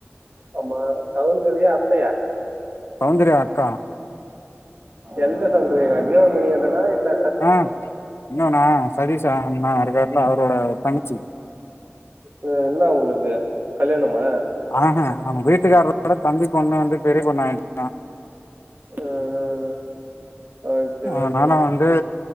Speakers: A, on the right (about 45°); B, on the left (about 65°).
A: ஆமா சௌந்தரியா அத்தையா
B: சௌந்தர்யா அக்கா
A: எந்த சௌந்தரியா ஏ மணிகண்டனா இல்ல
B: ஆ இன்னொணா சதீசு அண்ணா இருக்காருல்ல அவரோட தங்கச்சி
A: இப்போ இன்னா அவுங்களுக்கு கல்யாணமா
B: ஆஹா அவுங்க வீட்டுக்காரோட தம்பி பொண்ணு வந்து பெரிய பொண்ணு ஆயிடுச்சா
A: ஆ ஓகே
B: அதனால
A: ஓகே
B: வந்து